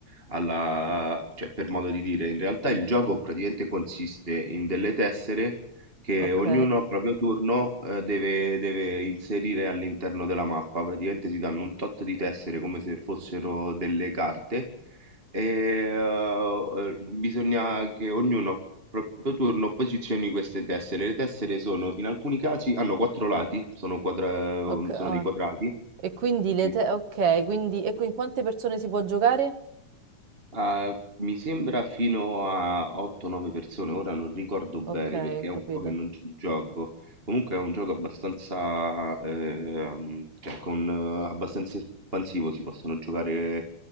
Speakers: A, on the right; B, on the right.
A: alla, cioè per modo di dire, in realtà il gioco praticamente consiste in delle tessere che
B: ok,
A: ognuno a proprio turno eh, deve, deve inserire all'interno della mappa, praticamente si danno un tot di tessere come se fossero delle carte e, uhm, uhm, bisogna che ognuno a proprio turno posizioni queste tessere. Le tessere sono in alcuni casi hanno 4 lati, sono quadra
B: ok.
A: uhm,
B: ah.
A: sono dei quadrati.
B: E quindi le
A: Sì.
B: te... Ok, quindi... E in quante persone si può giocare?
A: Uhm, mi sembra fino a 8, 9 persone, ora non ricordo bene
B: Ok,
A: perché
B: ho capito.
A: è un po' che non ci gioco. Comunque è un gioco abbastanza, ehm, cioè con eh, abbastanza espansivo, si possono giocare